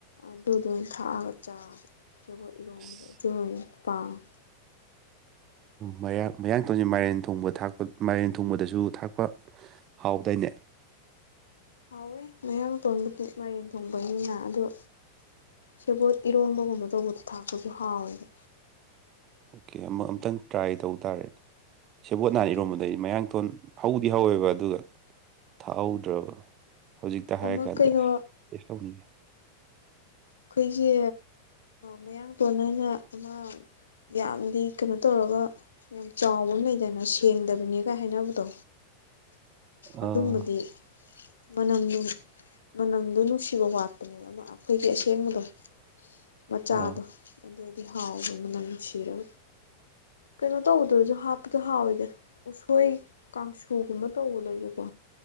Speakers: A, on the left (about 70°); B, on the right (about 35°).
A: ꯑꯗꯨꯗ ꯑꯣꯏꯅ ꯊꯥꯛꯑꯒ ꯆꯥꯕ ꯁꯦꯒꯣꯠ ꯏꯔꯣꯟꯝꯕꯗ
B: ꯑꯁ
A: ꯑꯗꯨ ꯑꯣꯏꯅ ꯄꯥꯝꯃꯦ
B: ꯃꯌꯥ ꯃꯌꯥꯡ ꯇꯧꯅꯤ ꯃꯥꯏꯔꯦꯟ ꯊꯣꯡꯕ ꯊꯥꯛꯄ ꯃꯥꯏꯔꯦꯟ ꯊꯣꯡꯕꯗꯁꯨ ꯊꯥꯛꯄ ꯍꯥꯎꯗꯣꯏꯅꯦ
A: ꯍꯥꯎꯋꯦ ꯃꯌꯥꯡ ꯇꯣꯅꯕꯨꯗꯤ ꯃꯔꯦꯟ ꯊꯣꯡꯕꯩꯅꯤꯅ ꯑꯗꯣ ꯁꯦꯕꯣꯠ ꯏꯔꯣꯟꯕꯒꯨꯝꯕ ꯇꯧꯕꯗꯣ ꯊꯥꯛꯄꯁꯨ ꯍꯥꯎꯋꯦꯕ
B: ꯑꯣꯀꯦ ꯑꯃꯨꯛ ꯑꯝꯇꯪ ꯇ꯭ꯔꯥꯏ ꯇꯧ ꯇꯥꯔꯦ ꯁꯦꯕꯣꯠ ꯍꯥꯟ
A: ꯎꯝ
B: ꯏꯔꯣꯝꯕꯗ ꯑꯩ ꯃꯌꯥꯡꯊꯣꯟ ꯍꯧꯗꯤ ꯍꯧꯋꯦꯕ ꯑꯗꯨꯒ ꯊꯥꯍꯧꯗ꯭ꯔꯕ ꯍꯧꯖꯤꯛꯇ ꯍꯥꯏꯔ
A: ꯑꯃ
B: ꯀꯥꯟꯗ
A: ꯀꯩꯅꯣ
B: ꯇꯦꯁ ꯇꯧꯅꯤꯡꯉꯦ
A: ꯑꯩꯈꯣꯏꯒꯤ ꯃꯌꯥꯡ ꯇꯣꯟ ꯅ ꯑꯃ ꯌꯥꯝꯗꯤ ꯀꯩꯅꯣ ꯇꯧꯔꯒ ꯌꯥꯝ ꯆꯥꯎꯕ ꯑꯃ ꯂꯩꯗꯅ ꯁꯦꯡꯗꯕꯅꯤꯒ ꯍꯥꯏꯅꯕꯗꯣ
B: <unintelligible>
A: ꯑꯗꯨꯝꯕꯗꯤ
B: ꯑꯥ
A: ꯃꯅꯝꯗꯨ ꯃꯅꯝꯗꯣ ꯅꯨꯡꯁꯤꯕ ꯋꯥꯠꯄꯅꯦꯕ ꯑꯃ ꯑꯩꯈꯣꯏꯒꯤ ꯑꯁꯦꯡꯕꯗꯣ ꯃꯆꯥꯗꯣ
B: ꯑꯥ
A: ꯑꯗꯨꯗꯤ ꯍꯥꯎꯕꯅꯦ ꯃꯅꯝ ꯅꯨꯡꯁꯤꯔꯒ ꯀꯩꯅꯣ ꯇꯧꯕꯗꯁꯨ ꯍꯥꯞꯄꯗ ꯍꯥꯎꯋꯤꯗ ꯎꯁꯣꯏ ꯀꯥꯡꯁꯨꯒꯨꯝꯕ ꯇꯧꯕ ꯂꯩꯁꯨꯀꯣ